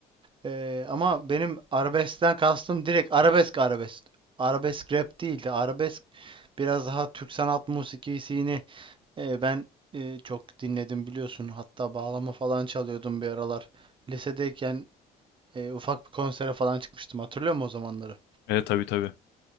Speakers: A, on the right; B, on the left.
A: Eee, ama benim arabeskten kastım direkt arabesk arabesk. Arabesk rap değildi. Arabesk biraz daha Türk sanat musikisini e, ben e, çok dinledim biliyorsun. Hatta bağlama falan çalıyordum bir aralar. Lisedeyken e, ufak bir konsere falan çıkmıştım. Hatırlıyor musun o zamanları?
B: Evet tabii tabii.